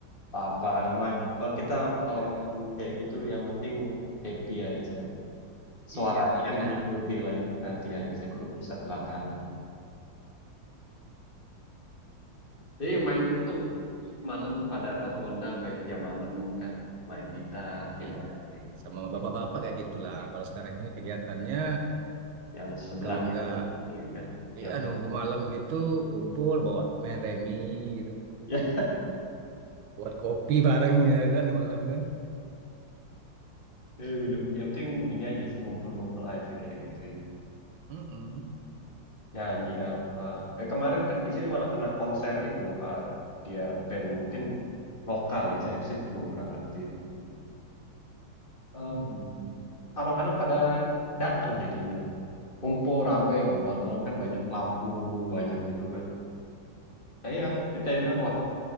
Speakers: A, on the left; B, on the right.
A: apa namanya kalau kita kalau
B: Eh,
A: main kayak gitu yang penting happy aja suaranya
B: Iya nih ya.
A: mengikuti lah ya nanti aja
B: Mm-mm.
A: urusan belakangan Jadi main itu malam pada apa ronda sampai jam malam kan main gitar dia
B: Iya.
A: main
B: Sama bapak-bapak kayak gitulah. Kalau sekarang ini kegiatannya
A: yang sebelahnya
B: kalau nggak
A: ini ya kan yang
B: ya nunggu
A: sebelah
B: malam gitu kumpul bawa main remi gitu,
A: <laughs> ya
B: buat kopi bareng <laughs> ya kan di malam kan.
A: ya, minum yang penting ini aja sih ngumpul-ngumpul aja kayak gitu ya
B: Mm-mm.
A: nyanyi apa eh, kemarin kan di sini malah kena konser itu apa dia band mungkin lokal ya saya, saya juga kurang ngerti dia punya Eh,
B: Hmm.
A: anak-anak pada datang jadinya ngumpul rame oh, malam-malam kan banyak lampu banyak gitu kan Nah, iya kita bilang wah